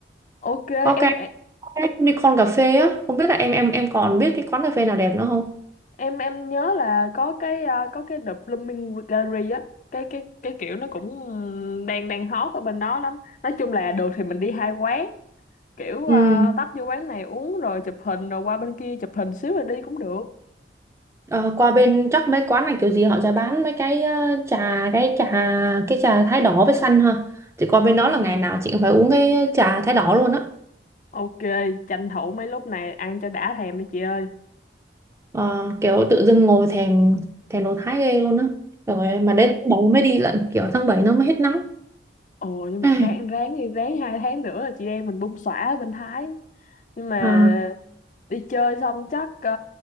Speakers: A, on the left; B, on the right.
A: Ok,
B: có
A: em
B: cái, có cái Unicorn cà phê á không biết là em em em còn biết cái quán cà phê nào đẹp nữa không
A: em em nhớ là có cái à, có cái The Blooming Gallery á, cái cái cái kiểu nó cũng đang đang hot ở bên đó lắm. Nói chung là được thì mình đi hai quán kiểu à,
B: ừ.
A: tấp vô quán này uống rồi chụp hình rồi qua bên kia chụp hình xíu rồi đi cũng được
B: ờ, qua bên chắc mấy quán này kiểu gì họ sẽ bán mấy cái ờ, trà cái trà cái trà thái đỏ với xanh ha chị qua bên đó là ngày nào chị cũng phải uống cái trà thái đỏ luôn á
A: ok tranh thủ mấy lúc này ăn cho đã thèm đi chị ơi
B: ờ, kiểu tự dưng ngồi thèm thèm đồ Thái ghê luôn á rồi mà đến tháng 7 mới đi lận kiểu tháng 7 nó mới hết nắng
A: ồ nhưng mà
B: Ai,
A: ráng ráng đi ráng hai tháng nữa là chị em mình bung xõa ở bên Thái nhưng mà
B: Ờ,
A: đi chơi xong chắc ờ,